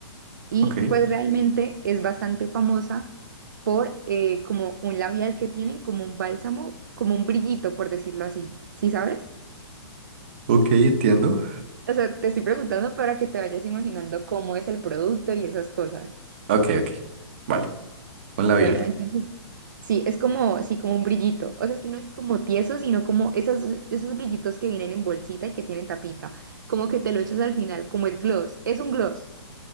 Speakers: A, on the right (about 45°); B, on the right (about 25°).
A: Y
B: ok,
A: pues realmente es bastante famosa por eh, como un labial que tienen, como un bálsamo, como un brillito, por decirlo así. ¿Sí sabes?
B: ok, entiendo.
A: O sea, te estoy preguntando para que te vayas imaginando cómo es el producto y esas cosas.
B: Ok, ok, vale. Un labial.
A: Bueno, entonces, sí, es como, sí, como un brillito. O sea, es que no es como tieso, sino como esas, esos brillitos que vienen en bolsita y que tienen tapita. Como que te lo echas al final, como el gloss. Es un gloss.